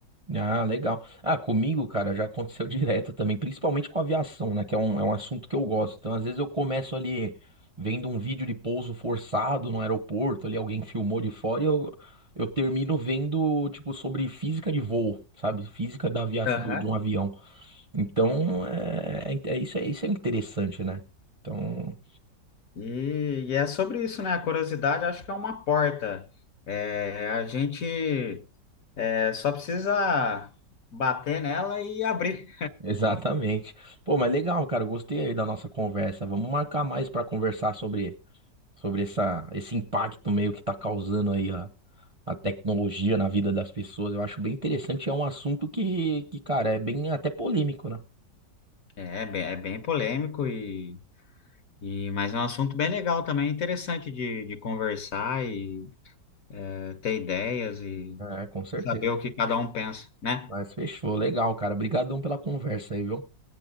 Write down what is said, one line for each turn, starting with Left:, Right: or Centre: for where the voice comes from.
Right: Ah, legal. Ah, comigo, cara, já aconteceu <laughs> direto também, principalmente com aviação, né? Que é um, é um assunto que eu gosto. Então, às vezes eu começo ali vendo um vídeo de pouso forçado no aeroporto, ali alguém filmou de fora e eu, eu termino vendo, tipo, sobre física de voo, sabe? Física da aviação,
Left: Aham.
Right: do- de um avião. Então, é, é, é- isso, é, isso é interessante, né? Então.
Left: E, e é sobre isso, né? A curiosidade acho que é uma porta. É, a gente. É só precisa bater nela e abrir.
Right: Exatamente. Pô, mas legal, cara. Gostei aí da nossa conversa. Vamos marcar mais para conversar sobre, sobre essa, esse impacto meio que tá causando aí a, a tecnologia na vida das pessoas. Eu acho bem interessante. É um assunto que, que, cara, é bem até polêmico, né?
Left: É, é bem- é bem polêmico e, e mas é um assunto bem legal também, é interessante de, de conversar e é, ter ideias e
Right: É, com certeza.
Left: saber o que cada um pensa, né?
Right: Mas fechou. Legal, cara. Obrigadão pela conversa aí, viu?